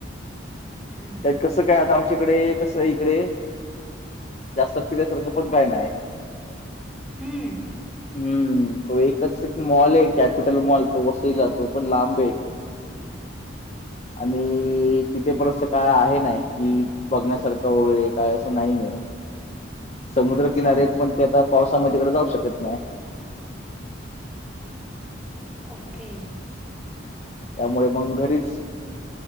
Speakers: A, in the centre; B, on the left.
A: ना
B: त्यात कसं काय आ आमच्याकडे कसं इकडे जास्त फि्यासारखं पण काय नाही
A: हम्म
B: हम्म तो एकच एक मॉल आहे कॅपिटल मॉल तो वसईला तो पण लांब आहे आणि तिथे परत काय आहे ना कि बघण्यासारखं वगैरे काय असं नाही आहे समुद्रकिनारे
A: अच्छा
B: आहेत पण ते आता पावसामध्येकडे जाऊ शकत नाही
A: ओके
B: त्यामुळे मग घरीच